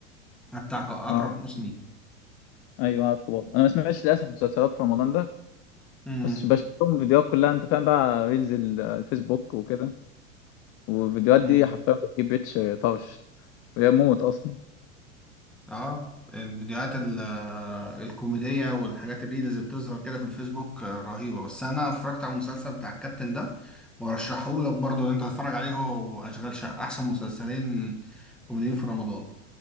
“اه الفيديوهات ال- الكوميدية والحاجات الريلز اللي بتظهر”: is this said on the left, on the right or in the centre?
Centre